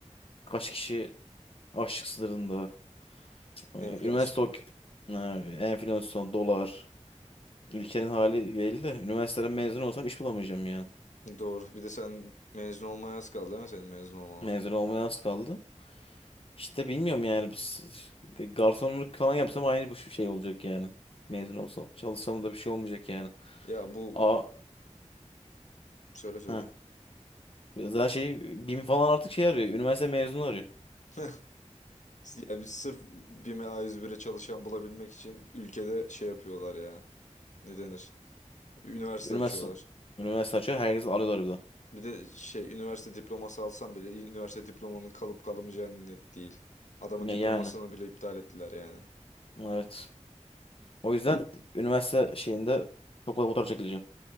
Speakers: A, on the left (about 50°); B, on the left (about 75°).
A: Kaç kişi açlık sınırında. Ee,
B: Enflasyon.
A: Üniversite ok ee, enflasyon, dolar. Ülkenin hali belli de üniversiteden mezun olsam iş bulamayacağım yani.
B: Doğru. Bir de sen mezun olmaya az kaldı değil mi senin mezun olmana?
A: Mezun olmaya az kaldı. İşte bilmiyorum yani biz garsonluk falan yapsam aynı bu şey olacak yani. Mezun olsam çalışsam da bir şey olmayacak yani.
B: Ya bu
A: A
B: söyle söyle.
A: ha. Zaten şey BİM falan artık şey arıyor. Üniversite mezunu arıyor.
B: <laughs> Yani biz sırf BİM'e A101'e çalışan bulabilmek için ülkede şey yapıyorlar ya. Ne denir? Üniversite
A: Üniversite.
B: açıyorlar.
A: Üniversite açıyor. Herkes alıyorlar bir de.
B: Bir de şey üniversite diploması alsam bile üniversite diplomanın kalıp kalamayacağı net değil. Adamın
A: Ya
B: diplomasını
A: Yani.
B: bile iptal ettiler yani. <laughs>
A: Evet. O yüzden üniversite şeyinde çok fazla fotoğraf çekileceğim.